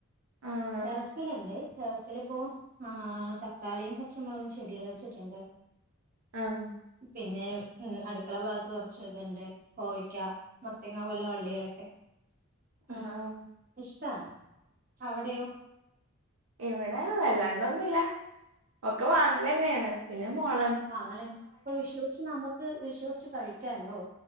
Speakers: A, on the right; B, on the right.
A: ആഹ്
B: ടെറസിലുണ്ട് ടെറസിലിപ്പോ ആഹ് തക്കാളിയും പച്ചമുളകും ചെടികൾ വെച്ചിട്ടുണ്ട്
A: ആഹ്
B: പിന്നെ ഉം അടുക്കള ഭാഗത്ത് കുറച്ച് ഇതൊണ്ട് കോവക്ക മത്തങ്ങ പോലുള്ള വള്ളികളൊക്കെ ഉം
A: ആഹ് ആഹ് ആഹ്
B: ഇഷ്ടാണ് അവിടെയോ
A: ഇവിടെ വല്ലാണ്ടൊന്നുല്ല ഒക്കെ വാങ്ങല് തന്നെയാണ് പിന്നെ മൊള
B: ആഹ് വാങ്ങാലന്നേ ഇപ്പൊ വിശ്വസിച്ച് നമ്മുക്ക് വിശ്വസിച്ച് കഴിക്കാലോ